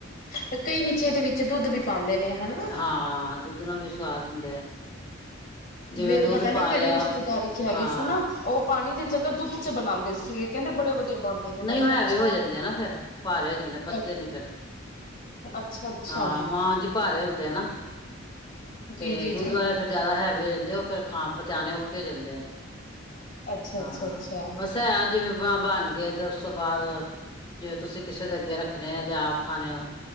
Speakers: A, on the left; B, on the left.
A: ਤੇ ਕਈ ਵਿਚ ਇਹਦੇ ਵਿੱਚ ਦੁੱਧ ਵੀ ਪਾਉਂਦੇ ਨੇ ਹਨਾ।
B: ਹਾਂ ਦੁੱਧ ਨਾਲ ਵੀ ਸੁਵਾਦ ਹੁੰਦਾ ਆ। ਜਿਵੇਂ
A: ਮੇਰਾ
B: ਦੁੱਧ
A: ਪਤਾ ਨੀ
B: ਪਾ
A: ਕਿਹੜੀ
B: ਲਿਆ
A: ਰਿਸ਼ਤੇਦਾਰੀ ਚ ਹੈਗੇ
B: ਹਾਂ
A: ਸੀ ਨਾ। ਤੇ ਉਹ ਪਾਣੀ ਦੀ ਜਗਾ ਦੁੱਧ ਚ ਬਣਾਉਂਦੇ ਸੀ, ਇਹ ਕਹਿੰਦੇ ਬੜੇ ਬਣਦੇ ਨੇ ਮੈਂ
B: ਨਹੀਂ ਉਹ
A: ਕਿਹਾ
B: ਹੈਵੀ
A: ਅੱਛਾ
B: ਹੋ ਜਾਂਦੇ ਆ ਨਾ ਫੇਰ ਭਾਰੇ ਹੋ ਜਾਂਦੇ ਪਚਦੇ
A: ਅ
B: ਨੀ ਫੇਰ
A: ਅੱਛਾ- ਅੱਛਾ।
B: ਹਾਂ ਮਾਂਝ ਭਾਰੇ ਹੁੰਦੇ ਆ ਨਾ, ਤੇ
A: ਜੀ ਜੀ
B: ਦੁੱਧੁ
A: ਜੀ
B: ਵਾਲੇ ਫੇਰ। ਜ਼ਿਆਦਾ ਹੈਵੇ ਹੋ ਜਾਂਦੇ ਆ ਉਹ ਫੇਰ ਖਾਂ ਪਚਾਣੇ ਔਖੇ ਹੋ ਜਾਂਦੇ ਆ,
A: ਅੱਛਾ
B: ਹਾਂ
A: ਅੱਛਾ ਅੱਛਾ
B: ਬਸ। ਤੇ ਜਿਵੇਂ ਬਾਂ ਬਾਨ। ਤੇ ਉਸ ਤੋਂ ਬਾਅਦ ਜਿਵੇਂ ਤੁਸੀਂ ਕਿਸੇ ਦੇ ਅੱਗੇ ਰੱਖਣੇ ਆ ਜਾਂ ਆਪ ਖਾਣੇ ਹਾ।